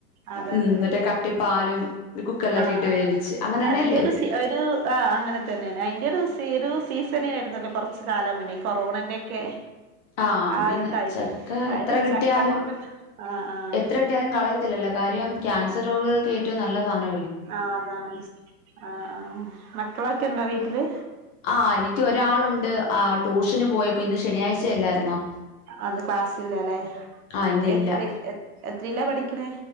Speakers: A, on the right (about 65°); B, on the left (about 25°).
A: അതന്ന
B: ഉം മറ്റേ കട്ടിപ്പാലും ഒരു കുക്കറിലൊക്കെ
A: ആഹ്
B: ഇട്ട്
A: ആഹ്
B: വേവിച്ച് അങ്ങനെന്നെയല്ലേ
A: അതിന്റെ ഒരു സി ആഹ് അങ്ങനെ തന്നെയാണ് അയിന്റെ ഒരു സി ഒരു സീസണ രുന്നുല്ലോ കൊറച്ച് കാലംമുന്നേ ഈ കൊറോണന്റെ ഒക്കെ
B: ആഹ അങ്ങനെ
A: ആ ഒരു ടൈമില്
B: ചക്ക
A: അര്
B: എത്ര കിട്ടിയാലും
A: ചക്ക കൊണ്ട് ആഹ് ആഹ്
B: എത്ര കിട്ടിയാലും കളയത്തില്ലല്ലോ കാര്യം ക്യാൻസർരോഗികൾക്ക് ഏറ്റവും നല്ല സധനം ക്യാ
A: ആഹ് അതാണ് ആഹ് ആഹ് മക്കളൊക്കെ ഉണ്ടോ വീട്ടില്
B: ആഹ് എനിക്ക് ഒരാളുണ്ട് ആ ട്യൂഷന് പോയേക്കുവാ ഇന്ന് ശനിയാഴ്ചയല്ലാരുന്നോ?
A: അത് ക്ലാസ്സില്ല ലെ
B: ആഹ് ഇന്നില്ല
A: എത്രെ എ എത്രെല പഠിക്കണേ?